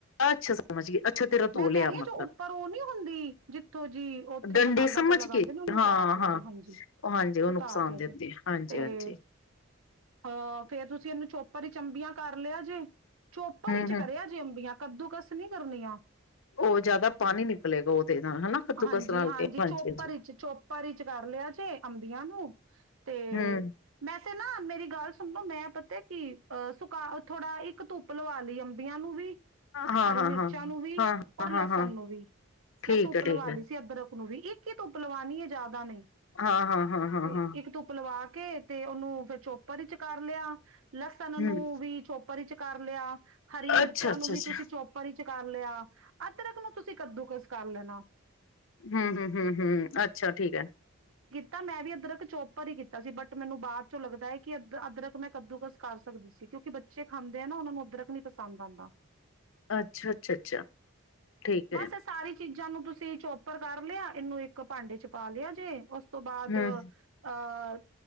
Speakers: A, on the left; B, on the right.
A: ਅੱਛਾ ਸਮਝ ਗਈ ਅੱਛਾ ਤੇਰਾ
B: ਮੈਂ
A: ਧੋ
B: ਕਹਿ
A: ਲਿਆ
B: ਰਹੀ ਹਾਂ
A: ਮਤਲਬ
B: ਜੋ ਉੱਪਰ ਉਹ ਨੀ ਹੁੰਦੀ ਜਿੱਥੋਂ ਜੀ ਉੱਥੇ
A: ਡੰਡੇ
B: ਮਸਾਲਾ
A: ਸਮਝ
B: ਜ ਲਗਾਉਂਦੇ
A: ਕੇ
B: ਨੇ ਉਹਨੂੰ ਉਤਾਰਦੇਿਆਂ
A: ਹਾਂ ਹਾਂ
B: ਜੇ ਹਾਂਜੀ
A: ਉਹ ਹਾਂਜੀ ਉਹ
B: ਉਤਾਰਦੇਿਆਂ
A: ਨੁਕਸਾਨ ਦਿੰਦੇ
B: ਜੇ
A: ਹਾਂਜੀ
B: ਤੇ-
A: ਹਾਂਜੀ
B: ਅਹ ਫੇਰ ਤੁਸੀਂ ਇਹਨੂੰ ਚੋਪਰ ਚੰਬੀਆਂ ਕਰ ਲਿਆ ਜੇ- ਚੋਪਰ
A: ਹੂੰ
B: ਚ
A: ਹੂੰ
B: ਕਰਿਆ ਜੇ ਅੰਬੀਆਂ- ਕੱਦੂਕਸ ਨੀ ਕਰਨੀਆਂ-
A: ਉਹ ਜਿਆਦਾ ਪਾਣੀ ਨਿਕਲੇਗਾ ਉਹਦੇ ਨਾਲ ਹਨਾ ਕੱਦੂਕਸ
B: ਹਾਂਜੀ-
A: ਨਾਲ
B: ਹਾਂਜੀ
A: ਤੇ
B: ਚੋਪਰ
A: ਹਾਂਜੀ
B: ਚ ਚੋਪਰ ਚ ਕਰ ਲਿਆ ਜੇ ਅੰਬੀਆਂ ਨੂੰ ਤੇ
A: ਹੂੰ
B: ਮੈਂ- ਤੇ ਨਾ ਮੇਰੀ ਗੱਲ ਸੁਣੋਓ ਮੈਂ ਪਤਾ ਕਿ ਅਹ ਸੁਕਾ ਥੋੜਾ ਇੱਕ ਧੁੱਪ ਲਵਾ ਲਈ ਅੰਬੀਆਂ ਨੂੰ ਵੀ-
A: ਹਾਂ
B: ਹਰੀ
A: ਹਾਂ
B: ਮਿਰਚਾਂ
A: ਹਾਂ
B: ਨੂੰ ਵੀ
A: ਹਾਂ ਹਾਂ
B: ਔਰ
A: ਹਾਂ
B: ਲਸਣ
A: ਹਾਂ
B: ਨੂੰ ਵੀ
A: ਠੀਕ
B: ਮੈਂ ਧੁੱਪ
A: ਹੈ ਠੀਕ
B: ਲਵਾ
A: ਹੈ
B: ਲਈ ਸੀ ਅਦਰਕ- ਨੂੰ ਵੀ ਇੱਕ ਹੀ ਧੁੱਪ ਲਵਾਣੀ ਹੈ ਜ਼ਿਆਦਾ ਨਹੀਂ-
A: ਹਾਂ ਹਾਂ ਹਾਂ ਹਾਂ
B: ਤੇ
A: ਹਾਂ
B: ਇੱਕ ਧੁੱਪ ਲਵਾ- ਕੇ ਤੇ ਉਹਨੂੰ ਫਿਰ ਚੇਪ- ਚੋਪਰ ਚ ਕਰ ਲਿਆ ਲਸਣ
A: ਹੂੰ
B: ਨੂੰ ਵੀ ਚੋਪਰ ਚ- ਕਰ ਲਿਆ। ਹਰੀ ਮਿਰਚਾਂ
A: ਅੱਛਾ ਅੱਛਾ
B: ਨੂੰ ਵੀ
A: ਅੱਛਾ
B: ਤੁਸੀਂ- ਚ ਕਰ ਲਿਆ। ਅੱਧਰਕ ਨੂੰ ਤੁਸੀਂ ਕੱਦੂ ਕਸ- ਕਰ ਲੈਣਾ-
A: ਹਮ ਹਮ ਹਮ ਹਮ ਅੱਛਾ ਠੀਕ ਹੈ।
B: ਤਾਂ ਮੈਂ ਵੀ ਅਦਰਕ ਚੋਪਰ ਹੀ ਕੀਤਾ ਸੀ ਬਟ ਮੈਨੂੰ ਬਾਅਦ ਚੋਂ ਲੱਗਦਾ ਹੈ ਕਿ ਅ ਅਦਰਕ ਮੈਂ ਕੱਦੂਕਸ ਕਰ ਸਕਦੀ ਸੀ ਕਿਉਂਕਿ ਬੱਚ- ਬੱਚੇ ਖਾਂਦੇ ਆ ਨਾ ਉਹਨਾਂ ਨੂੰ ਅਦਰਕ- ਨੀ ਪਸੰਦ ਆਂਦਾ।
A: ਅੱਛਾ ਅੱਛਾ ਅੱਛਾ ਠੀਕ ਹੈ।
B: ਬਸ ਇਹ ਸਾਰੀ ਚੀਜ਼ਾਂ ਨੂੰ ਤੁਸੀਂ ਚੋਪਰ ਕਰ ਲਿਆ ਏਨੂੰ ਇੱਕ ਭਾਂਡੇ ਚ ਪਾ ਲਿਆ ਜੇ ਔਸ ਸ ਤੋਂ ਬਾਅਦ
A: ਹੂੰ,
B: ਅ ਅ